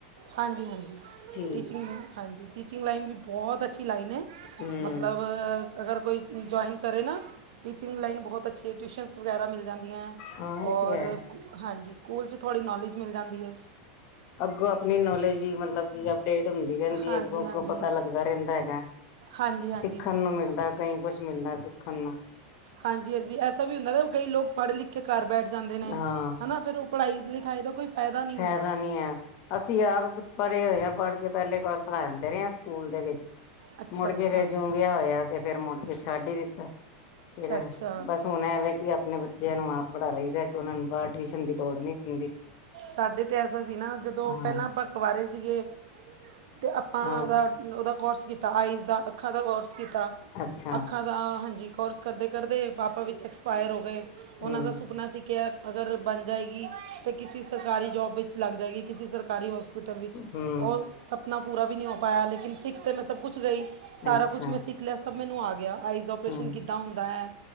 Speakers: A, on the right; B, on the left.
A: ਹਾਂਜੀ -ਹਾਂਜੀ
B: ਠੀਕ
A: ਟੀਚਿੰਗ
B: ਹੈ
A: ਹਾਂਜੀ ਟੀਚਿੰਗ ਲਾਈਨ ਵੀ ਬਹੁਤ ਅੱਛੀ ਲਾਈਨ ਹੈ
B: ਹਮ
A: ਮਤਲਬ ਅਗਰ ਕੋਈ ਜੁਆਇਨ ਕਰੇ ਨਾ ਟੀਚਿੰਗ ਲਾਈਨ ਬਹੁਤ ਅੱਛੀ ਹੈ ਟਿਊਸ਼ਨਸ ਵਗੈਰਾ ਮਿਲ ਜਾਂਦੀਆਂ
B: ਹਾਂ ਇਹ
A: ਔਰ
B: ਤੇ ਹੈ
A: ਸਕੂ ਹਾਂਜੀ ਸਕੂਲ 'ਚ ਥੋੜ੍ਹੀ ਨੌਲੇਜ ਮਿਲ ਜਾਂਦੀ ਏ
B: ਅੱਗੋਂ ਆਪਣੀ ਨੌਲੇਜ ਵੀ ਮਤਲਬ ਕੀ ਅਪਡੇਟ ਹੁੰਦੀ ਰਹਿੰਦੀ
A: ਹਾਂਜੀ
B: ਅੱਗੋਂ- ਅੱਗੋਂ
A: ਹਾਂਜੀ
B: ਪਤਾ ਲੱਗਦਾ ਰਹਿੰਦਾ ਹੈਗਾ।
A: ਹਾਂਜੀ ਹਾਂਜੀ
B: ਸਿੱਖਣ ਨੂੰ ਮਿਲਦਾ ਕਈ ਕੁਛ ਮਿਲਦਾ ਸਿੱਖਣ ਨੂੰ
A: ਹਾਂਜੀ -ਹਾਂਜੀ ਐਸਾ ਵੀ ਹੁੰਦਾ ਨਾ ਕਈ ਲੋਕ ਪੜ੍ਹ ਲਿਖ ਕੇ ਘਰ ਬੈਠ ਜਾਂਦੇ ਨੇ
B: ਹਾਂ
A: ਹਨਾ ਫੇਰ ਉਹ ਪੜ੍ਹਾਈ ਲਿਖ ਖਾਇਦਾ ਕੋਈ। ਨਹੀਂ
B: ਫਾਇਦਾ
A: ਹੁੰਦਾ
B: ਨਹੀਂ ਹੈ ਅਸੀਂ ਆਪ ਪੜ੍ਹੇ ਹੋਏ ਹਾਂ। ਪੜ੍ਹ ਕੇ ਪਹਿਲੇ ਪੜ੍ਹਾਂਦੇ ਰਹੇ ਸਕੂਲ ਦੇ ਵਿੱਚ।
A: ਅੱਛਾ
B: ਮੁੜਕੇ
A: ਅੱਛਾ
B: ਫੇਰ ਜੂੰ ਵਿਆਹ ਹੋਇਆ ਤੇ ਫੇਰ ਮੁੜਕੇ ਛੱਡ ਹੀ ਦਿੱਤਾ। ਫਿਰ
A: ਅੱਛਾ ਅੱਛਾ
B: ਬਸ ਹੁਣ ਐਵੇਂ ਕਿ ਆਪਣੇੇ। ਬੱਚਿਆਂ ਨੂੰ ਆਪ ਪੜ੍ਹਾ ਲਈਦਾ ਕਿ ਉਹਨਾਂ ਨੂੰ ਬਾਹਰ ਟਿਊਸ਼ਨ ਦੀ ਲੋੜ ਨਹੀਂ ਪੈਂਦੀ।
A: ਸਾਡੇ ਤੇ ਐਸਾ ਸੀ ਨਾ ਜਦੋਂ
B: ਹਾਂ
A: ਪਹਿਲਾਂ ਆਪਾਂ ਕਵਾਰੇ ਸੀਗੇ। ਤੇ ਆਪਾਂ
B: ਹਾਂ
A: ਉਹਦਾ ਓਦਾ ਕੋਰਸ ਕੀਤਾ ਆਈਜ ਦਾ ਅੱਖਾਂ ਦਾ ਕੋਰਸ। ਕੀਤਾ
B: ਅੱਛਾ
A: ਅੱਖਾਂ ਦਾ ਹਾਂਜੀ ਕੋਰਸ ਕਰਦੇ ਕਰਦੇ ਪਾਪਾ ਵਿੱਚ ਐਕਸਪਾਇਰ ਹੋ ਗਏ। ਉਹਨਾਂ
B: ਹਮ
A: ਦਾ ਸੁਪਨਾ ਸੀ ਕਿਹਾ ਅਗਰ ਬਣ ਜਾਏਗੀ ਤਾਂ ਕਿਸੀ। ਸਰਕਾਰੀ ਜੋਬ ਵਿੱਚ ਲੱਗ ਜਾਏਗੀ। ਕਿਸੇ ਸਰਕਾਰੀ ਹੋਸਪਿਟਲ ਵਿੱਚ
B: ਹਮ
A: ਉਹ ਸਭ। ਸੁਪਨਾ ਪੂਰਾ ਵੀ ਨਹੀਂ ਹੋ ਪਾਇਆ। ਲੇਕਨ ਸਿੱਖ ਤੇ ਮੈਂ ਸਭ ਕੁਛ ਗਈ। ਸਾਰਾ
B: ਅੱਛਾ
A: ਕੁਛ ਮੈਂ ਸਿੱਖ ਲਿਆ। ਸਭ ਮੈਨੂੰ ਆ ਗਿਆ ਆਈਜ਼ ਓਪਰੇਸ਼ਨ
B: ਹਮ
A: ਕਿੱਦਾਂ ਹੁੰਦਾ ਹੈ।